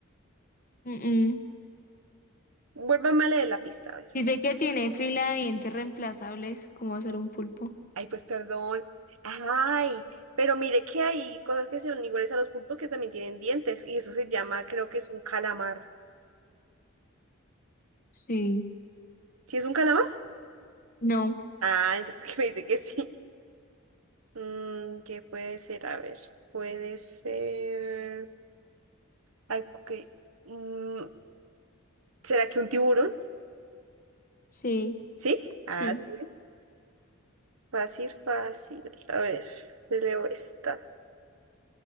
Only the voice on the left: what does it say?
Mm, mm.
Dice que tiene fila de dientes reemplazables, como hacer un pulpo.
Sí.
No,
sí,
sí.